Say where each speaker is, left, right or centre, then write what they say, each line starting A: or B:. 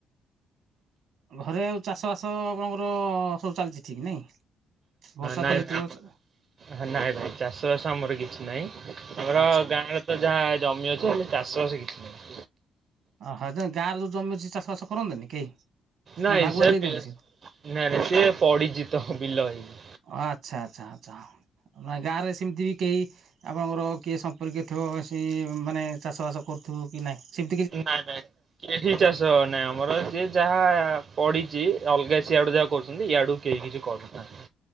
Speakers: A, on the right; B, on the right.
A: ଘରେ ଆଉ ଚାଷ ବାସ ଆପଣଙ୍କର ସବୁ ଚାଲିଛି ଠିକ୍ ନାଇଁ? ବର୍ଷା
B: ନାଇଁ
A: ତ ହେଇଥିବ
B: ଭାଇ
A: ଚ
B: ନାଇଁ ଭାଇ ଚାଷ ବାସ ଆମର କିଛି ନାଇ ଆମର
A: ଆଚ୍ଛା
B: ଗାଁର ତ ଯାହା ଜମି ଅଛି ହେଲେ ଚାଷବାସ କିଛି ନାଇ।
A: ଅହ ଗାଁରେ ଯୁ ଜମି ଅଛି ଚାଷ ବାସ କରନ୍ତିନି କେହି?
B: ନାଇଁ
A: ନା ଭାଗୁଆ
B: ସେ
A: ଦେଇ ଦିଅନ୍ତି
B: ପିଏ ନାଇଁ ନାଇଁ ସେ ପଡିଚି ତ ବିଲ ହେଇକି।
A: ଆଚ୍ଛା ଆଚ୍ଛା ଆଚ୍ଛା ନାଇ ଗାଁ ରେ ସେମିତି ବି କେହି ଆପଣଙ୍କର କିଏ ସମ୍ପର୍କୀୟ ଥିବ ସି ମାନେ ଚାଷବାସ କରୁଥିବ କି ନାଇ ସି
B: କି ନାଇଁ ନାଇଁ କେହି ଚାଷ ନାଇଁ ଆମର ସେଏ ଯାହା ପଡିଛି ଅଲଗା ସିଆଡୁ ଯାହା କରୁଛନ୍ତି ଇଆଡୁ କେହି କିଛି କରୁନାହିଁ।